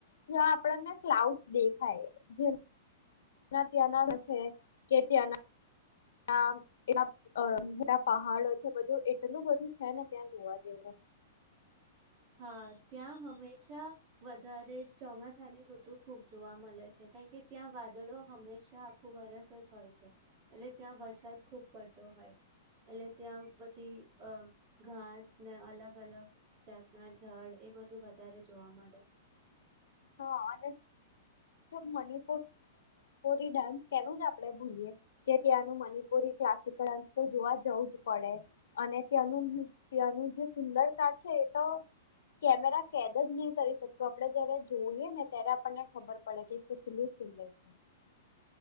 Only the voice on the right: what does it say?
હા ત્યાં હંમેશા વધારે ચોમાસાની ઋતુ ખૂબ જોવા મળે છે કારણ કે ત્યાં વાદળો હંમેશા આખું વરસ જ હોય છે એટલે ત્યાં વરસાદ ખૂબ પડતો હોય એટલે ત્યાં બધી ઘાસ ને અલગ અલગ જાત ના ઝાડ એ બધું વધારે જોવા મળે.